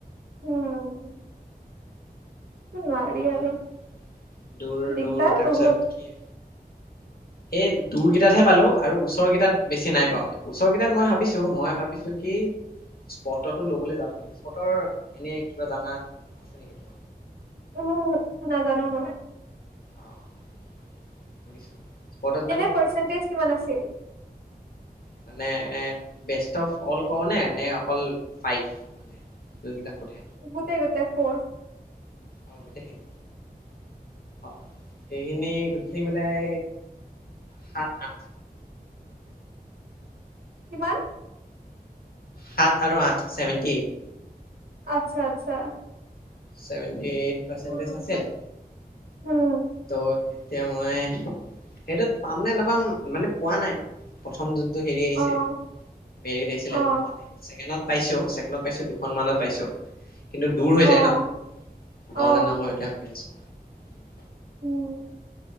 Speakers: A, on the right; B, on the left.
A: উম নোৱাৰি
B: উম
A: আৰু
B: দূৰ
A: দিগদাৰ
B: দূৰ তাৰপিছত
A: বহুত
B: কি সেই দূৰ কেইটাতহে পালো আৰু ওচৰৰ কেইটাত বেছি নাই পোৱা মানে। ওচৰৰ কেইটাত মই ভাবিছো মই ভাবিছো কি স্পটটো লবলৈ যাওঁ নেকি, স্পটৰ এনে কিবা জানা আছে নেকি তোমাৰ?
A: ওহো ওহো নাজানো মই
B: অ মানে শুনিছো স্পটত
A: এনে পাৰ্চেন্টিজ কিমান আছিল?
B: মানে এ বেষ্ট অফ অল কও নে নে অকল ফাইভ যোন কেইটা সোধা
A: গোটেই গোটেই ফৰ্চ
B: অ গোটেইখিনি অ সেইখিনি গোটেইখিনি পেলাই সাত আঠ
A: কিমান
B: সাত আৰু আঠ ছেভেন্টি এইট
A: আচ্ছা আচ্ছা
B: ছেভেণ্টি এইট পাৰ্চেণ্টেজ
A: উম,
B: আছিল।
A: উম,
B: ত এতিয়া মই সেইটো পাম নে নাপাম মানে পোৱা নাই প্ৰথম যোন হেৰি আহিছিল
A: অ',
B: মেৰিত আহিছিল
A: অ',
B: পোৱা নাই চাকেনত পাইছো ছেকেণ্ডত পাইছো দুখন মানত পাইছো কিন্তু দূৰ হৈ
A: অ',
B: যায় ন।
A: অ',
B: লওঁ নে নলওঁ এতিয়া ভাবি আছো মই। <inaudible>
A: উম।